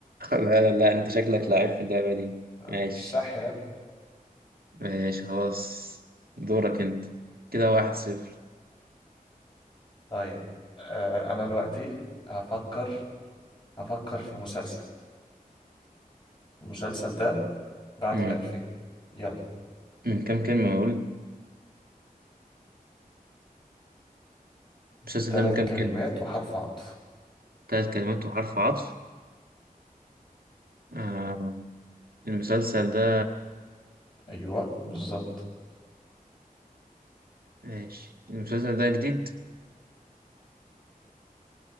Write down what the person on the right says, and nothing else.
لا لا انت شكلك لعيب في اللعبة دي
ماشي
ماشي خلاص دورك انت كده واحد صفر
مم.
من كام كلمة بقول المسلسل
ده من كام كلمة
تلات كلمات وحرف عطف آه المسلسل ده
ماشي المسلسل ده جديد